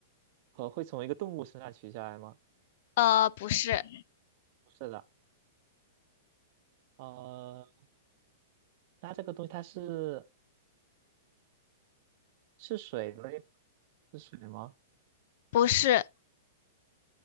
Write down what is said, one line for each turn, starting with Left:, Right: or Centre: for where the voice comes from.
Right: 呃会从一个动物身上取下来吗？
Left: 呃，不是，
Right: 是的，呃，那这个东西它是是水类吗是水吗？
Left: 不是。